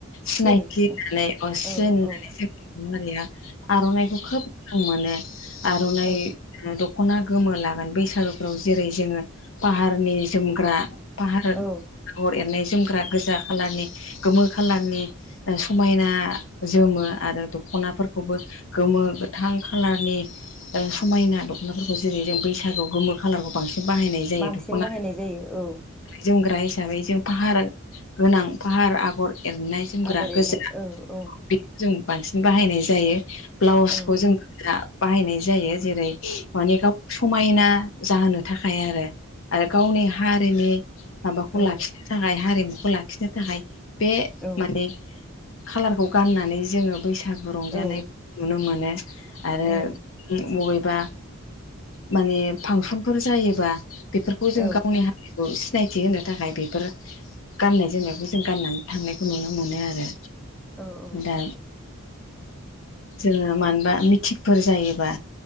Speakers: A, on the left; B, in the centre.
A: सिनायथि
B: सिन औ
A: होननानै अ सि
B: औ औ
A: जोंया आर'नाइखौ खोब म मोनो आर'नाइ
B: औ
A: दख'ना गोमो लागोन बैसागुफ्राव जेरै जोङो पाहारनि जोमग्रा फाहार
B: औ
A: आगर एरनाय जोमग्रा गोजा खालारनि गोमो खालारनि समायना जोमो आरो दख'नाफोरखौबो गोमो गोथ थां खालारनि समायना दख'नाफोरखौ जेरै जों बैसागुआव गोमो खालारखौ बांसिन बाहायनाय जायो
B: बांसिन
A: दख'नाखौ।
B: बाहायनाय जायो औ
A: जोमग्रा हिसाबै जों फाहार गोनां फाहार आगर एरनाय जोमग्रा
B: आगर एरनाय
A: गोजा
B: औ औ
A: बे जों बांसिन बाहायनाय जायो ब्लाउसखौ
B: औ
A: जों बाहायनाय जायो जेरै माने गाव समायना जाहोनो थाखाय आरो आरो गावनि हारिनि माबाखौ
B: औ
A: लाखि थाखाय हारिमुखौ लाखिनो थाखाय बे
B: औ
A: माने खाालारखौ गाननानै जोङो बैसागु रंजानाय
B: औ
A: नुनो मोनो आरो।
B: उम
A: बबेबा माने फांसनफोर जायोबा बेफोरखौ जों
B: औ
A: गावनि हारिखौ सिनायथि होनो थाखाय बेफोर गाननाय जोमनायखौ जों गाननानै थांनायखौ नुनो मोनो आरो।
B: औ औ
A: दा जोङो मानोबा मिथिंफोर जायोबा